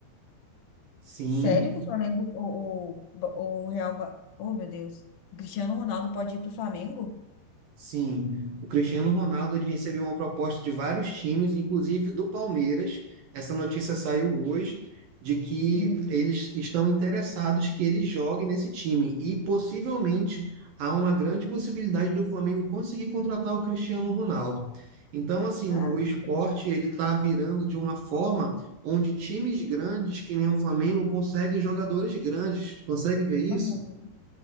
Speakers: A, on the right; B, on the left.
A: Sim,
B: Sério que o Flamengo, o, o, o Real. Ma- Oh, meu Deus. O Cristiano Ronaldo pode ir pro Flamengo?
A: Sim, o Cristiano Ronaldo ele recebeu uma proposta de vários times, inclusive do Palmeiras. Essa notícia saiu hoje de que
B: Hum.
A: eles estão interessados que ele jogue nesse time e possivelmente há uma grande possibilidade do Flamengo conseguir contratar o Cristiano Ronaldo. Então, assim,
B: Caraca.
A: o esporte ele está virando de uma forma onde times grandes, que nem o Flamengo, conseguem jogadores grandes. Consegue ver isso?
B: Uhum.